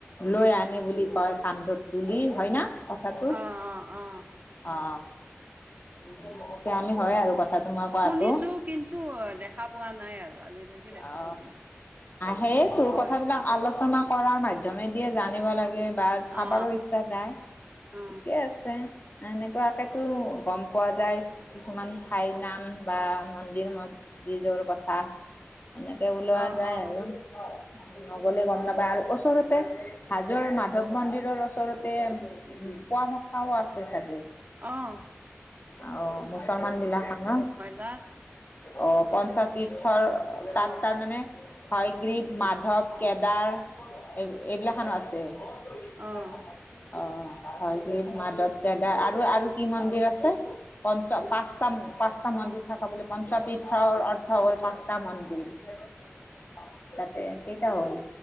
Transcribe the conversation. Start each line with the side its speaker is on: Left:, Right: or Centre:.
Left: লৈ আনে বুলি কয় কান্ধত তুলি হয় ন কথাটো
Right: অ অ অ
Left: অ তেতি আমি হয় আৰু
Right: অ
Left: কথাটো মই কোৱাতো
Right: শুনিছো কিন্তু অ দেখা পোৱা নাই আৰু আজিলৈকে দেখা
Left: অ
Right: পোৱা নাই
Left: নেই
Right: এদি
Left: তোৰ
Right: কয়
Left: কথাবিলাক আলোচনা কৰঢাৰ মাধ্যমে দিয়ে জানিব লাগে বা চাবাৰো
Right: অ
Left: ইচ্ছা যায়
Right: অ
Left: ঠিকে আছে <unintelligible> এনেকুৱাকেতো গম পোৱা যায় কিছুমান ঠাইৰ নাম বা মন্দিৰ ম যিজৰ কথা এনেকে ওলোৱা
Right: অ
Left: যায়
Right: অ
Left: আৰু নগলে গম নাপায় আৰু ওচৰতে হাজৰ মাধৱ মন্দিৰৰ ওচৰতে পোৱা মক্কাও আছে চাগে
Right: আহ
Left: অ মুছলমান বিলাকৰ ন
Right: তাত
Left: অ পঞ্চতীৰ্থৰ তাত
Right: অ
Left: তাৰমানে হয়গ্ৰীব মাধ ধপ কেদাৰ এই
Right: অ
Left: এইবিলাকখনো আছে <unintelligible>
Right: অ
Left: অ হয়গ্ৰীৱ মাধৱ গেদা আৰু আৰু কি মন্দিৰ আছে প পাঁচটা পাঁচটা মন্দিৰ থকা বুলি পঞ্চতীৰ্থৰ অৰ্থ হ'ল পাঁচ মন্দিৰ তাতে কেইটা হ'ল